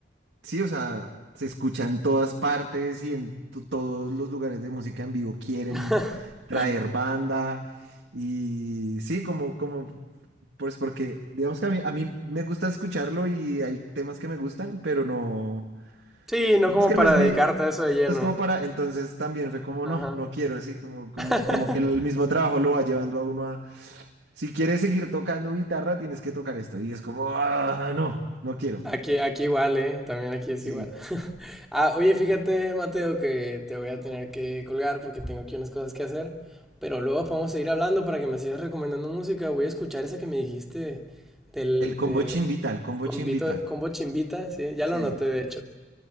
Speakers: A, on the right; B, in the centre.
A: Sí, o sea, se escucha en todas partes y en to- todos los lugares de música en vivo quieren
B: <laughs>
A: traer banda. Y sí, como, como, pues porque, digamos que a mí, a mí me gusta escucharlo y hay temas que me gustan, pero no,
B: Sí, no
A: digamos
B: como
A: que
B: para
A: no es mi,
B: dedicarte
A: no
B: a eso de lleno.
A: es como para, entonces también fue como,
B: Ajá.
A: no, no quiero, así como, como,
B: <laughs>
A: como que el mismo trabajo lo va llevando a uno a, si quieres seguir tocando guitarra, tienes que tocar esto. Y es como, ah, no, no quiero.
B: Aquí, aquí igual, ¿eh? También aquí es
A: Sí.
B: igual. Ah, oye, fíjate, Mateo, que te voy a tener que colgar porque tengo aquí unas cosas que hacer. Pero luego podemos seguir hablando para que me sigas recomendando música. Voy a escuchar esa que me dijiste del,
A: El combo
B: de
A: chimbita, el combo
B: Combito,
A: chimbita.
B: Combo Chimbita, sí, ya
A: Sí,
B: lo noté de hecho.